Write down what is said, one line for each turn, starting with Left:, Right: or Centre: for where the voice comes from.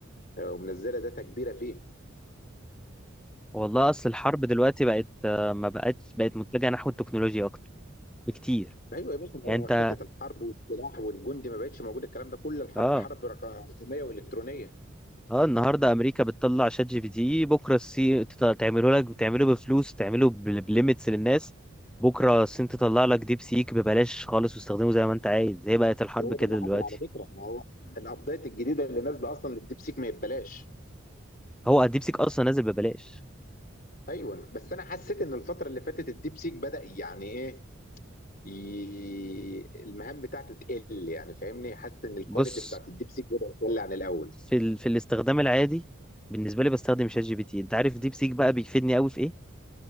Left: آه، ومنزله داتا كبيره فيه
Centre: والله اصل الحرب دلوقتي بقت آه، ما بقتش بقت متجهه نحو التكنولوجيا اكتر بكتير
Left: ايوه يا باشا ما
Centre: يعني انت
Left: بقى حته الحرب والسلاح والجندي ما بقتش موجود الكلام ده كل الحرب
Centre: اه
Left: حرب رق- رقميه والكترونيه
Centre: اه النهارده امريكا بتطلع شات جي بي تي بكره الصين تط- تعمله لك تعمله بفلوس تعمله بل- بليميتس للناس بكره الصين تطلع لك ديب سيك ببلاش خالص واستخدمه زي ما انت عايز هي بقت الحرب
Left: وهو
Centre: كده
Left: ده اللي حصل
Centre: دلوقتي
Left: على فكره ما هو الابديت الجديده اللي نازله اصلا للديب سيك ما يتبلاش
Centre: هو الديب سيك اصلا نازل ببلاش
Left: ايوه بس انا حسيت ان الفتره اللي فاتت الديب سيك بدا يعني ايه ي... المهام بتاعته تقل يعني فاهمني حاسس ان الكواليتي
Centre: بص
Left: بتاعت الديب سيك بدات تقل عن الاول
Centre: في ال... في الاستخدام العادي بالنسبه لي بستخدم شات جي بي تي انت عارف ديب سيك بقى بيفيدني قوي في ايه